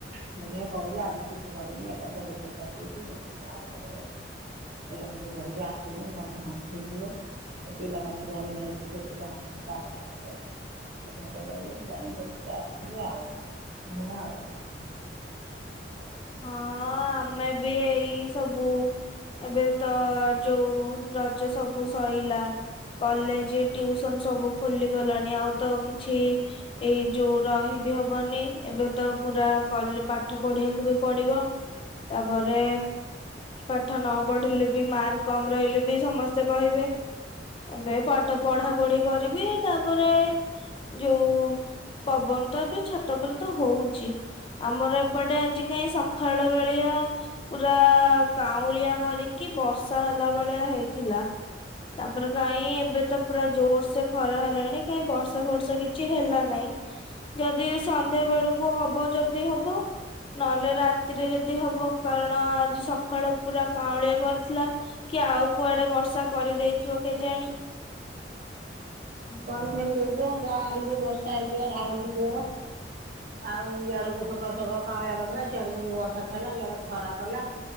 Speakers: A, on the right; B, on the left.
A: ଦେଖିବା ଆଜି କହୁଛି କିଛି କରିବିନି ଏକା ଥରେ ରୋଷେଇ କରିଦେଇଛି ଯାଇକି ପାର୍କରେ ବସିକି ବୁଲାବୁଲି କରିବି ଆସିବି ମନ ଶାନ୍ତି। ହେଇଥିବ ସେ ପିଲାମାନେ ଘରେ ରହିବେ ସେ ତ ଯାଅନ୍ତିନି ପାର୍କ ଫାର୍କ ଘରେ ରହିବେ ଯାଇ ବୁଲିକି ଆସିବି ଆଉ ହେୟା ଆଉ କଣ। ଆଉ
B: ହଁ ଆମେ ବି ଏଇ ସବୁ ଏବେ ତ ଯୋଉ ରଜ ସବୁ ସରିଲା କଲେଜ ଟ୍ୟୁସନ ସବୁ ଖୋଲିଗଲାଣି ଆଉ ତ କିଛି ଏଇ ଯୋଉ ରହି ବିି ହବନି ଏବେ ତ ପୁରା କଲେ ପାଠ ପଢିବାକୁ। ବି ପଡିବ ତାପରେ ପାଠ ନପଢିଲେବି ମାର୍କ କମ୍ ରହିଲେବି ସମସ୍ତେ କହିବେ ଏବେ ପଢା ପଢି କରିବି ତାପରେ ଯୋଉ ପବନ ତ ଏବେ ଛାତ ପରେ ତ ହଉଛି ଆମର ଏପଟେ ଆଜି କାହିଁ ସଖାଳ ବେଳିଆ ପୁରା କାଉଁଳିଆକରିକି ବର୍ଷା ହେଲା ଭଳିଆ ହେଇଥିଲା ତାପରେ କାହିଁ ଏବେ ତ ପୁରା ଜୋରସେ ଖରା ହେଲାଣି କାହିଁ ବର୍ଷା ଫର୍ଷା କିଛି ହେଲା ନାଇଁ ଯଦିସନ୍ଧ୍ୟା ବେଳକୁ ହବ ଯଦି ହବ। ନହେଲେ ରାତିରେ ଯଦି ହବ କାରଣ ଆଜି ସକାଳୁ ପୁରା କାଉାଉଁଳିଆ କରିଥିଲା କି ଆଉ କୁଆଡେ ବର୍ଷା କରିଦେଇଥିବ କେଜାଣି।
A: ପାଣି ହେଇଯାଇ ଗାଁ ଆଡକୁ ବର୍ଷା ହେଇଥିଲା ଢାଳୁଛି ଜୋର ଆଉ ଇଆଡକୁ ସକାଳୁ ସକାଳୁ କାଉଁଳିଆ କରିଦେଲା ସିଆଡେ ଯେମତି ବର୍ଷା ଛାଡ଼ିଲା ଇଆଡେ ଖରା କଲା